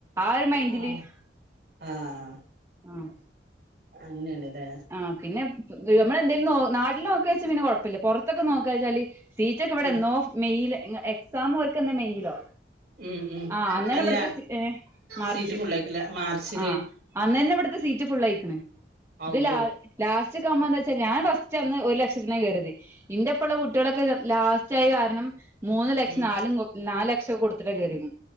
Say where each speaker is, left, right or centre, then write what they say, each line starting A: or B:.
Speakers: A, on the right (about 15°); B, on the right (about 60°).
A: ആ ഒരു മൈൻഡില്
B: ആഹ്
A: <inaudible>
B: ആഹ്
A: ആഹ്
B: അങ്ങന്ണ് ലെ
A: ആഹ് പിന്നെ ഗേ നമ്മെളെന്തേലും നോ നാട്ടില് നോക്കി വെച് പിന്നെ കുഴപ്പില്ല പുറത്തൊക്കെ നോക്കവെച്ചാല് സീറ്റ് ഒക്കെ ഇവിടെന്നോ
B: ഉം
A: മേയ്ൽ എങ്എക്സാം ഇവർക്കെന്നാ മെയിലോ
B: ഉം ഉം
A: ആ അന്നേരം
B: അല്ല
A: ഇവിടുത്തെ സി എ മാർച്ച്
B: സീറ്റ് ഫുള്ളായിക്കില്ല മാർച്ചില്
A: ആഹ് അന്ന്ന്നെ ഇവിടുത്തെ സീറ്റ് ഫുള്ളായിക്കണ്
B: അള്ളോയ്
A: ഇത് ലാ ലാസ്റ്റ് കമ്മന്ന് വച്ചാ ഞാൻ ഫസ്റ്റ് അന്ന് ഒരു ലക്ഷത്തിന് കയറിത് ഇന്റെപ്പള്ള കുട്ടികളൊക്കെത് ലാസ്റ്റ് ആയി കാരണം മൂന്ന് ലക്ഷം
B: ഉം
A: നാലും നാലു ലക്ഷോക്കെ കൊടുത്തിട്ട കേറിണ്.